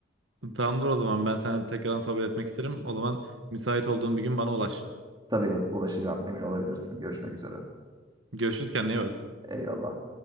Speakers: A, on the right; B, on the right.
A: Tamamdır o zaman ben seninle tekrardan sohbet etmek isterim. O zaman müsait olduğun bir gün bana ulaş.
B: Tabii ulaşacağım emin olabilirsin. Görüşmek üzere.
A: Görüşürüz kendine iyi bak.
B: Eyvallah.